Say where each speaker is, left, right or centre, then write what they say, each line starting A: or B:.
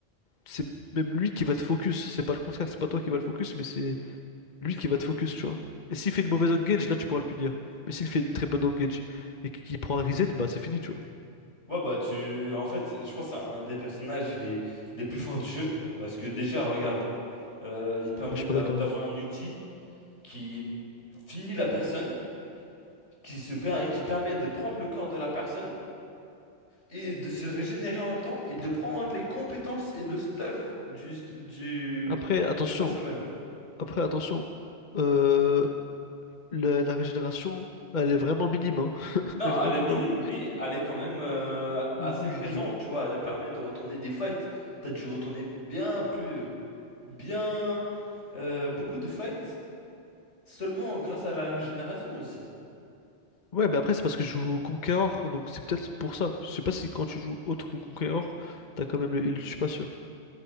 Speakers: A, on the left; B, on the left.
A: c'est même lui qui va te focus. C'est pas le contraire, c'est pas toi qui va le focus, mais c'est. Lui qui va te focus, tu vois. Et s'il fait une mauvaise engage, là tu pourras le punir. Mais s'il fait une très bonne engage et qu'il prend un reset, bah c'est fini, tu vois.
B: Ouais, bah, tu. En fait, je pense que c'est un des personnages les, les plus forts du jeu. Parce que déjà, regarde, euh, il permet
A: Ah, je suis
B: d'a-
A: pas d'accord.
B: d'avoir
A: hein.
B: un outil qui finit la personne, qui se per- qui permet de prendre le corps de la personne et de se régénérer en même temps et de prendre les compétences et le stuff du, du...
A: Après, attention.
B: de la personne même.
A: Après, attention. Euh, la, la régénération, elle est vraiment minime, hein. <laughs>
B: Non,
A: Mais vraiment,
B: elle est minime,
A: vraiment.
B: mais elle est quand même euh, assez
A: Oui,
B: présente,
A: je-
B: tu vois. Elle permet de retourner des fights. T'as dû retourner bien plus, bien, euh, beaucoup de fights seulement grâce à la régénération aussi.
A: Ouais, mais après, c'est parce que je joue Conqueror, donc c'est peut-être pour ça. Je sais pas si quand tu joues autre que Conqueror, t'as quand même le heal, je suis pas sûr.